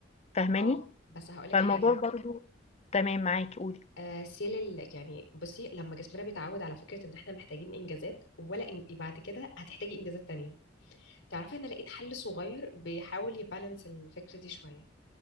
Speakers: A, on the left; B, on the left.
A: فاهماني
B: اه بس هقولك
A: فالموضوع
B: حاجه
A: برضو تمام معاكي قولي
B: آه، سيل ال... يعني بصي لما جسمنا بيتعود على فكرة ان احنا محتاجين انجازات ولا إن... بعد كده هتحتاجي انجازات تانية تعرفي انا لقيت حل صغير بيحاول يبالانس الفكرة دي شوية